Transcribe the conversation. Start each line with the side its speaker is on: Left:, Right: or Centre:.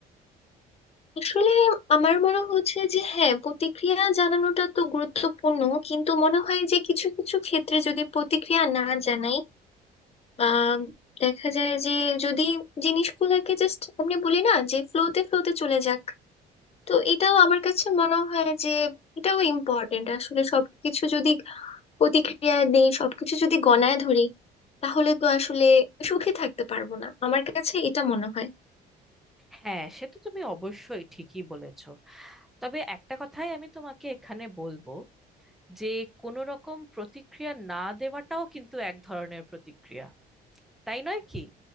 Left: আসলে আমার মনে হচ্ছে যে হ্যাঁ প্রতিক্রিয়া জানানোটা তো গুরুত্বপূর্ণ কিন্তু মনে হয় যে কিছু কিছু ক্ষেত্রে যদি প্রতিক্রিয়া না জানাই বা দেখা যায় যে যদি জিনিসগুলোকে জাস্ট আপনি বলি না যে ফ্লোতে ফ্লোতে চলে যাক তো এটাও আমার কাছে মনে হয় যে এটাও ইম্পর্টেন্ট আসলে সবকিছু যদি প্রতিক্রিয়া দেই সবকিছু যদি গণায় ধরি তাহলে তো আসলে সুখে থাকতে পারবো না আমার কাছে এটা মনে হয়
Centre: হ্যাঁ সে তো তুমি অবশ্যই ঠিকই বলেছো তবে একটা কথাই আমি তোমাকে এখানে বলবো যে কোনো রকম প্রতিক্রিয়া না দেওয়াটাও কিন্তু এক ধরনের প্রতিক্রিয়া তাই নয় কি